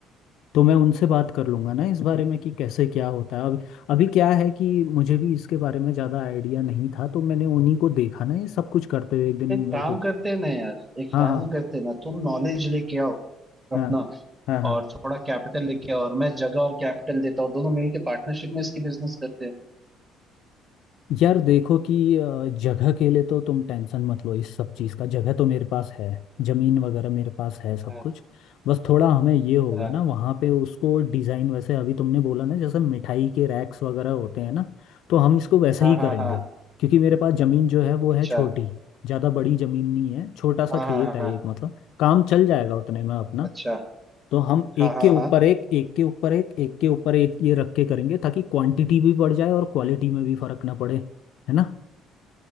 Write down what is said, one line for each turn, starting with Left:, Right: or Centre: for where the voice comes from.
Left: तो मैं उनसे बात कर लूँगा ना इस बारे में कि कैसे क्या होता है अब अभी क्या है कि मुझे भी इसके बारे में ज़्यादा आइडिया नहीं था तो मैंने उन्हीं को देखा ना ये सब कुछ करते हुए एक दिन
Right: एक
Left: मेरे
Right: काम
Left: को तो-
Right: करते हैं ना यार एक
Left: हाँ
Right: काम
Left: हाँ
Right: करते हैं ना तुम नॉलेज लेके आओ अपना
Left: हाँ हाँ हाँ
Right: और थोड़ा कैपिटल लेके आओ और मैं जगह और कैपिटल देता हूँ दोनों मिलके पार्टनरशिप में इसकी बिजनेस करते हैं
Left: यार देखो कि अ, जगह के लिए तो तुम टेंशन मत लो इस सब चीज़ का जगह तो मेरे पास है ज़मीन वगैरह मेरे पास है सब
Right: हाँ
Left: कुछ बस थोड़ा हमें ये होगा
Right: हाँ
Left: ना वहाँ पे उसको डिज़ाइन वैसे अभी तुमने बोला ना जैसे मिठाई के रैक्स वगैरह होते हैं ना तो हम इसको वैसे
Right: हाँ
Left: ही
Right: हाँ
Left: करेंगे
Right: हाँ,
Left: क्योंकि मेरे पास ज़मीन जो है वो
Right: अच्छा
Left: है छोटी ज़्यादा बड़ी ज़मीन नहीं है छोटा सा
Right: हाँ
Left: खेत
Right: हाँ हाँ
Left: है
Right: हाँ,
Left: एक मतलब काम चल जाएगा उतने में अपना
Right: अच्छा
Left: तो हम एक
Right: हाँ हाँ
Left: के ऊपर
Right: हाँ
Left: एक एक के ऊपर एक एक के ऊपर एक ये रख के करेंगे ताकि क्वांटिटी भी बढ़ जाए और क्वालिटी में भी फर्क ना पड़े है ना